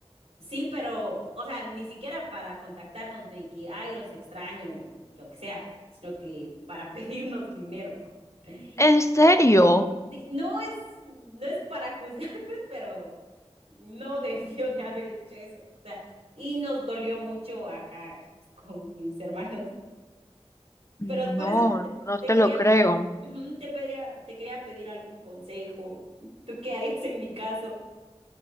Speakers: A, on the right; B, on the left.
A: Sí, pero, o sea, ni siquiera para contactarnos de que, ay, los extraño, o lo que sea, sino que para <laughs> pedirnos dinero. <laughs>
B: ¿En serio?
A: O sea, Sí, No es, no es para juzgar, <laughs> pues, pero no <laughs> debió de haber hecho eso. O sea, y nos dolió mucho acá con mis hermanos.
B: No,
A: Pero por eso te,
B: no
A: te
B: te
A: quería,
B: lo creo.
A: ujú, te pediría, te quería pedir algún consejo. ¿Tú qué harías en mi caso?